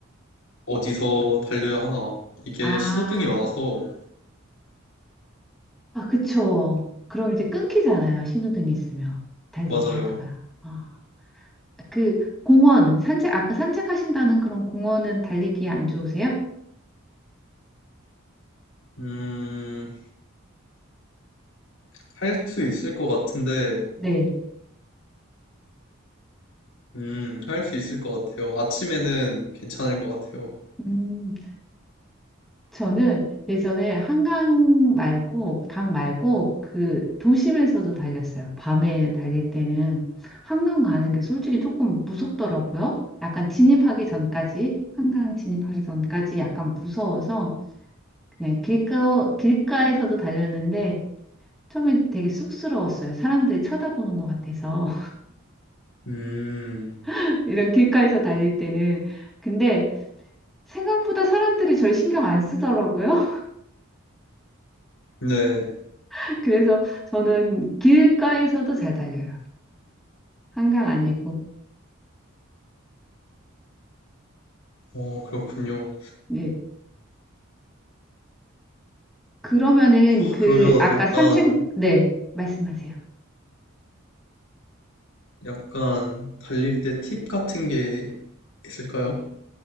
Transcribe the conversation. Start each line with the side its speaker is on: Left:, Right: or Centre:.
Left: 어디서 달려야 하나. 이게
Centre: 아,
Left: 신호등이 많아서,
Centre: 아, 그쵸. 그럼 이제 끊기잖아요. 신호등이 있으면. 달리기
Left: 맞아요.
Centre: 하다가. 아, 그 공원, 산책, 아까 산책하신다는 그런 공원은 달리기 안 좋으세요?
Left: 음, 할 수 있을 것 같은데,
Centre: 네.
Left: 음, 할 수 있을 것 같아요. 아침에는 괜찮을 것 같아요.
Centre: 음. 저는 예전에 한강 말고, 강 말고, 그 도심에서도 달렸어요. 밤에 달릴 때는 한강 가는 게 솔직히 조금 무섭더라고요. 약간 진입하기 전까지, 한강 진입하기 전까지 약간 무서워서 그냥 길가, 길가에서도 달렸는데 처음엔 되게 쑥스러웠어요. 사람들이 쳐다보는 것 같아서.
Left: 음,
Centre: <laughs> 이런 길가에서 달릴 때는. 근데 생각보다 사람들이 절 신경 안 쓰더라고요.
Left: 네.
Centre: <laughs> 그래서 저는 길가에서도 잘 달려요. 한강 아니고.
Left: 어, 그렇군요.
Centre: 예. 그러면은
Left: 아,
Centre: 그
Left: 그러면
Centre: 아까
Left: 약간,
Centre: 산책 네, 말씀하세요.
Left: 약간 달릴 때 팁 같은 게 있을까요?